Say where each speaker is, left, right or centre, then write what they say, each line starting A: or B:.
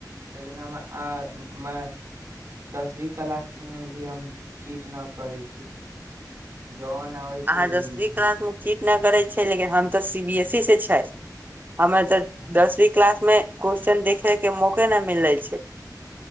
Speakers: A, on the right; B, on the right.
A: लेकिन हम आ मय दसवी क्लास मे भी हम चीट नऽ करै छी जवन आबै
B: अहाँ
A: छै उऽ
B: दसवीं
A: लिख दे
B: क्लास मे चीट ना करै छै लेकिन हम तऽ सी बी एस ई स छै हमरा तऽ
A: छै
B: दसवी क्लास मे क्वेश्चन देखे के मौके ना मिले छै